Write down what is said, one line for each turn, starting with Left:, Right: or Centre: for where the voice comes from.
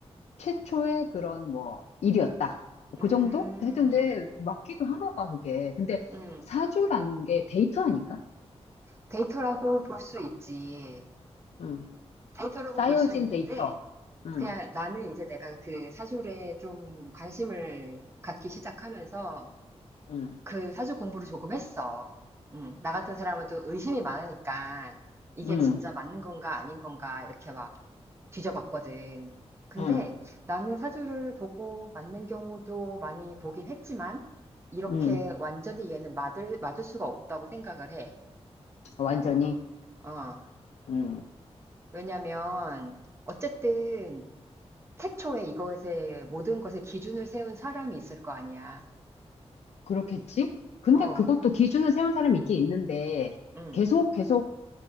Left: 최초의 그런 뭐 일이었다.
Right: 음.
Left: 그 정도? 하여튼 근데 맞기도 하나 봐, 그게. 근데
Right: 음.
Left: 사주라는 게 데이터 아닌가?
Right: 데이터라고 볼 수 있지.
Left: 음.
Right: 데이터라고
Left: 쌓여진
Right: 볼 수 있는데
Left: 데이터. 음.
Right: 그냥 나는 이제 내가 그 사주에 좀 관심을 갖기 시작하면서
Left: 음.
Right: 그 사주 공부를 조금 했어. 음, 나 같은 사람은 또 의심이 많으니까 이게
Left: 음.
Right: 진짜 맞는 건가 아닌 건가 이렇게 막 뒤져봤거든. 근데
Left: 음.
Right: 나는 사주를 보고 맞는 경우도 많이 보긴 했지만 이렇게
Left: 음.
Right: 완전히 얘는 맞을, 맞을 수가 없다고 생각을 해.
Left: 완전히.
Right: 어,
Left: 음.
Right: 왜냐면 어쨌든 태초에 이것에 모든 것에 기준을 세운 사람이 있을 거 아니야.
Left: 그렇겠지? 근데
Right: 어,
Left: 그것도 기준을 세운 사람이 있긴 있는데
Right: 음.
Left: 계속 계속